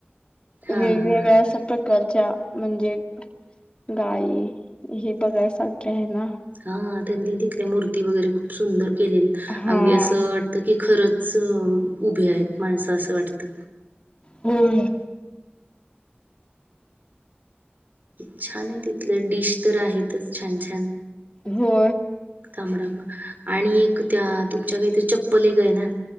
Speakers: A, on the right; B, on the left.
A: हा
B: वेगवेेगळा्या
A: हा हा.
B: स प्रकार म्हणजे गाय हे बघायस ना
A: हा त्यांनी तिथल्या मूर्ती वगैरे खूप सुंदर केलेली
B: हा.
A: अगदी असं वाटतं की खरंच उभे आहेत माणसं असं वाटत
B: होय
A: छान आहे तिथलं डिश तर आहेतच छान छान
B: हो
A: तांबडाबा आणि एक त्या तुमच्या काहीतरी चप्पल काय ना